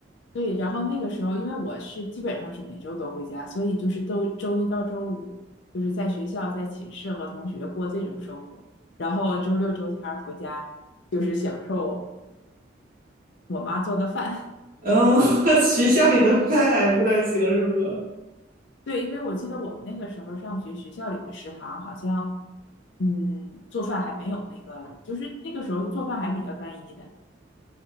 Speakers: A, on the left; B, on the right.
A: 对，然后那个时候，因为我是基本上是每周都回家，所以就是都周一到周五就是在学校、在寝室和同学过这种生活，然后周六周天儿回家就是享受我妈做的饭。
B: 嗯，<laughs> 学校里的饭还不太行，是吧？
A: <laughs> 对，因为我记得我们那个时候上学，学校里的食堂好像，嗯，做饭还没有那个，就是那个时候做饭还比较单一的。